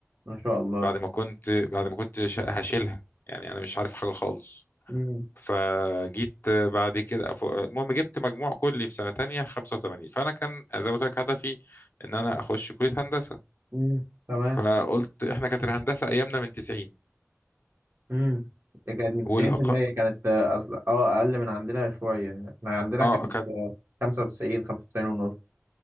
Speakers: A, on the right; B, on the left.
A: ما شاء الله
B: بعد ما كنت بعد ما كنت شا- هشيلها يعني انا مش عارف حاجة خالص
A: امم
B: فجيت بعد كده ف- المهم جبت مجموع كلي في سنة تانية 85 فأنا كان زي ما قلت لك هدفي إن أنا أخش كلية هندسة
A: امم تمام
B: فقلت إحنا كانت الهندسة أيامنا من 90
A: امم ده كانت من 90%
B: والأق...
A: كانت آه، أصل اه أقل من عندنا شوية احنا عندنا
B: آه
A: كانت
B: كانت
A: آه، 95 95 ونص